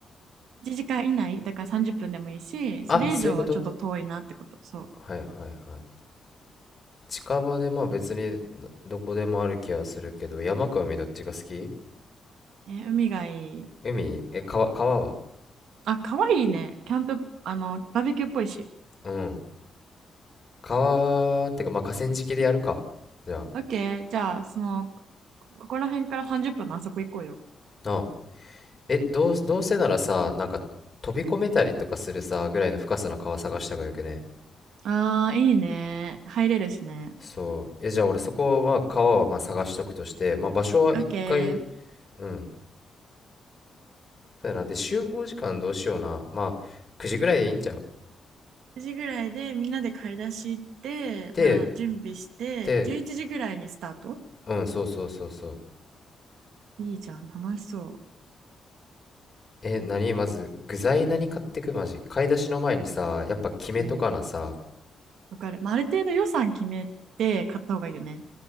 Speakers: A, on the right; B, on the left.
A: う、1時間以内、だから30分でもいいし、それ以上はちょっと遠いなってこと。
B: あ、そういうこと
A: そう。
B: はいはいはい。近場でまあ別にどこでもある気はするけど、山か海どっちが好き
A: え、海がいい。
B: 海え、川、川は
A: あ、かわいいね。キャンプ、あの、バーベキューっぽいし。
B: うん。川ってかまあ河川敷でやるか。じゃあ、
A: オッケー。じゃあ、その、ここら辺から30分のあそこ行こうよ。
B: なあ。え、どう、どうせならさ、なんか飛び込めたりとかするさ、ぐらいの深さの川探した方がよくね。
A: あー、いいね。入れるしね。
B: そう。え、じゃあ俺そこは川はまあ探しとくとして、まあ場所は一回、
A: オッケー。
B: うん。そうやな。で、集合時間どうしような。まあ、9時ぐらいでいいんちゃう
A: 9時ぐらいでみんなで買い出し行って、
B: で、
A: まあ、準備して11時ぐらいにスタート
B: で、うん、そうそうそうそう。
A: いいじゃん楽しそ
B: え、何まず、具材何買ってくマジ。買い出しの前にさ、やっぱ決めとかなさ。
A: ううんわかる、まあ、ある程度予算決めて買った方がいいよね